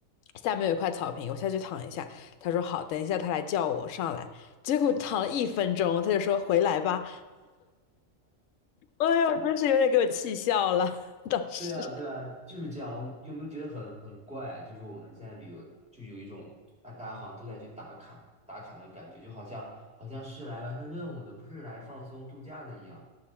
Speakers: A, on the left; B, in the centre.
A: 下面有一块草坪，我下去躺一下。他说好，等一下他来叫我上来。结果躺了一分钟，他就说回来吧。哎呦，真是有点给我气笑了，<laughs> 当时。
B: 对啊，对啊，就是这样。我有没有觉得很很怪啊？就是我们现在旅游就有一种啊，大家好像都在去打卡打卡那种感觉，就好像好像是来完成任务的，不是来放松度假的一样。